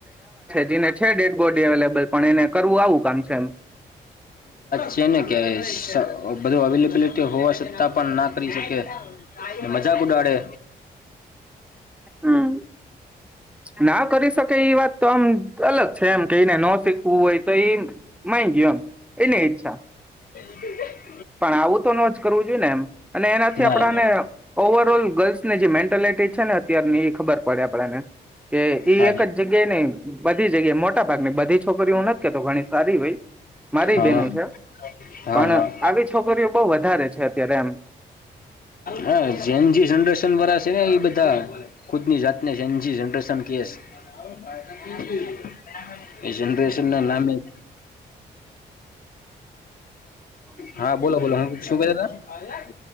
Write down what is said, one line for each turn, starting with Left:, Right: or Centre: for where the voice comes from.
Centre: જેને છે ડેડ બોડી અવેલેબલ પણ એને કરવું આવું કામ છે એમ
Left: કે ને કે બધું અવેલેબિલિટી હોવા છતાં પણ ના કરી શકે. મજાક ઉડાડે.
Centre: હમ ના કરી શકે એ વાત તો આમ અલગ છે એમ કે એને ન શીખવું હોય તો એ ઈ ગયયો એમ એની ઈચ્છા.
Left: હ <unintelligible>
Centre: પણ આવું તો ન જ કરવું જોઈએ ને એમ અને એનાથી
Left: ના
Centre: આપણાને ઓવર ઓલ ગર્લ્સની જે મેન્ટાલિટી છે ને અત્યારની એ ખબર પડે આપણને. કે ઈ
Left: હા
Centre: એક જ જગ્યાએ નહ બધી જગ્યાએ મોટા ભાગની બધી છોકરી હું નથી કેતો ઘણી સારી હોય મારી
Left: હા
Centre: બન છે
Left: હા
Centre: પણ.
Left: હા
Centre: આવી છોકરીઓ બહુ વધારે છે અત્યારે એમ
Left: હા જેન જે જનરેશન વાળા છે ને એ બધા ખુદ ની જાત. એ છે એનજીિઝન. સ <unintelligible> એ જનરેશન ના લમી. હા બોલો બોલો હું શું કેતા ત. હ <unintelligible>